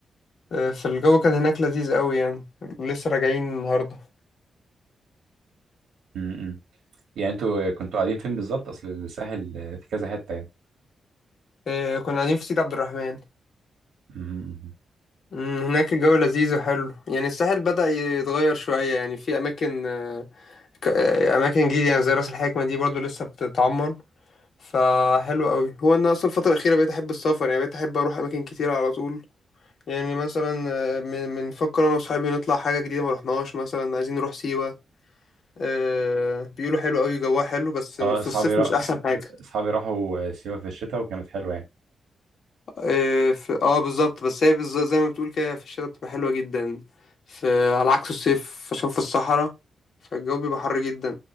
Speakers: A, on the left; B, on the right.
A: آه، فالجو كان هناك لذيذ قوي يعني لسه راجعين النهاردة
B: امم يعني انتوا آه، كنتوا قاعدين فين بالظبط اصل الساحل آه، في كذا حتة يعني
A: آه، كنا قاعدين في سيدي عبد الرحمن
B: امم
A: مم، هناك الجو لذيذ وحلو يعني الساحل بدأ يتغير شوية يعني في أماكن آه، ك- آه، أماكن جديدة يعني زي رأس الحكمة دي برضو لسه بتتعمر فحلو قوي هو أنا أصلا الفترة الأخيرة بقيت أحب السفر يعني بقيت أحب أروح أماكن كتيرة على طول يعني مثلا آه، من بنفكر انا وصحابي نطلع حاجه جديده ما رحناهاش مثلا عايزين نروح سيوه آه بيقولوا حلو قوي جواها حلو بس
B: اه
A: في
B: اصحابي
A: الصيف
B: را...
A: مش
B: أص-
A: احسن حاجه
B: اصحابي راحوا آه، سيوة في الشتاء وكانت حلوة يعني
A: اه, في... آه بالظبط بس هي بالظبط زي ما بتقول كده في الشتاء بتبقى حلوه جدا في... على عكس الصيف عشان في الصحراء فالجو بيبقى حر جدا